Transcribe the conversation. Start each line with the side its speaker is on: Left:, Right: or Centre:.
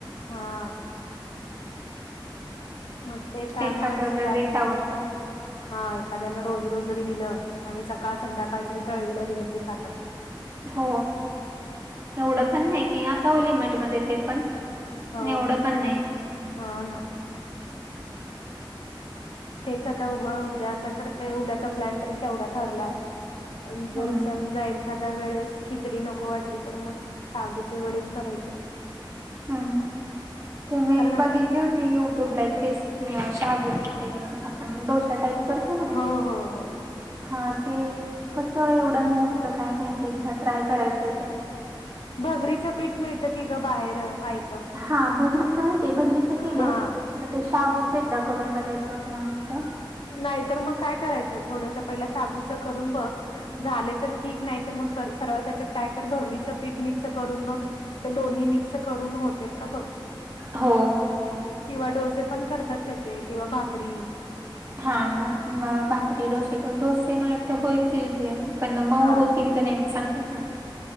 Left: हा. मग ते त्यामुळेच
Right: एखाद्याला
Left: जास्त
Right: लयच
Left: नाही.
Right: आवडतं
Left: हा एखाद्याना रोज रोज जरी दिलं आणि सकाळ संध्याकाळ जरी तळलेलं दिलं ते खातात.
Right: हो एवढं पण नाही की असाव लिमेट मध्ये ते पण.
Left: हो
Right: पण एवढं पण नाही
Left: हा ना. तेच आता उग उद्या आता तर ते उद्याचा प्लॅन तरी तेवढा ठरलाय. आणि जर
Right: हम्म
Left: समजाय एखादा वेळेस खिचडी नको वाटली तर मग साबूचे वेडेच करायचे.
Right: हम्म ह ते मी
Left: कारण
Right: एक बघितली होती की युट्यूब लाईक रेसिपी शाबूची ते आपण डोसा टाईप करतो ना.
Left: हो हो हो.
Right: हा ते कसं एवढं मऊ होतं काय नाहीती एकदा ट्राय करायचं ते.
Left: भगरीचं पीठ मिळतं की ग बाहेर <unintelligible>
Right: हा भागरीचं माहितीे भगरीच केलंय.
Left: हा
Right: ते शाबूच एकदा करून बघायचे होते म्हणून ते.
Left: नाहीतर मग काय करायचं थोडस पहिलं शाबूचं करून बघ झाले तर ठीक नाही तर मग सरळ त्याच्यात काय कर भगरीचं पीठ मिक्स करून बघ. ते दोन्ही मिक्स करून होते का बघ.
Right: हो.
Left: किंवा डोसे पण करतात त्याचे किंवा भाकरी.
Right: हा भाकरी डोसे डोसे म वाटते होतील भे पण मऊ
Left: हा
Right: होतील. नेहमी सांगता येत नाही.